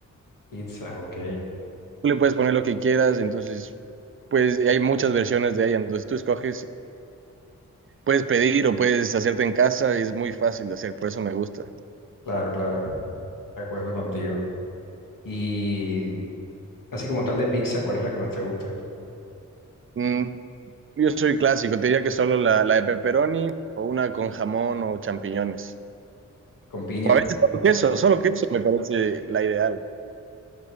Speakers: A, on the left; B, on the right.
A: pizza, ok.
B: Tú le puedes poner lo que quieras, entonces, pues y hay muchas versiones de ella, entonces tú escoges, puedes pedir o puedes hacerte en casa, es muy fácil de hacer, por eso me gusta.
A: Claro, claro, de acuerdo contigo. Y así como tal de pizza, ¿cuál es la que más te gusta?
B: Mm, yo soy clásico, te diría que solo la, la de pepperoni o una con jamón o champiñones.
A: Con piña,
B: O a veces solo queso, solo queso me parece la ideal.